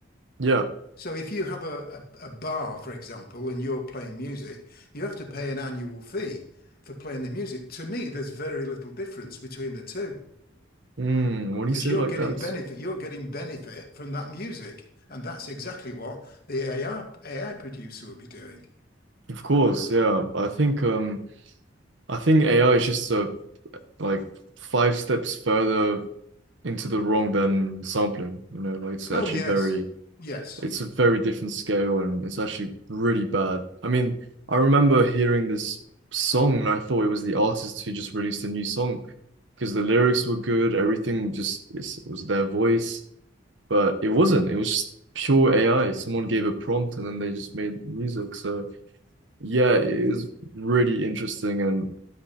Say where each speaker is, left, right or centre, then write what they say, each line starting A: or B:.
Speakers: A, on the right; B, on the left.
A: Yeah.
B: So if you have a, a, a bar, for example, and you're playing music, you have to pay an annual fee for playing the music. To me, there's very little difference between the two
A: Mm, when you
B: because
A: say
B: you're
A: it like
B: getting
A: that,
B: benefit, you're getting benefit from that music. And that's exactly what the AI, AI producer would be doing.
A: of course, yeah. I think um I think AI is just uh, like five steps further into the wrong than sampling. You know, like it's
B: Oh,
A: actually
B: yes.
A: very
B: Yes.
A: It's a very different scale and it's actually really bad. I mean, I remember hearing this song and I thought it was the artist who just released a new song because the lyrics were good, everything just it's, it was their voice, but it wasn't. It was just pure AI. Someone gave a prompt and then they just made music. So yeah, it is really interesting and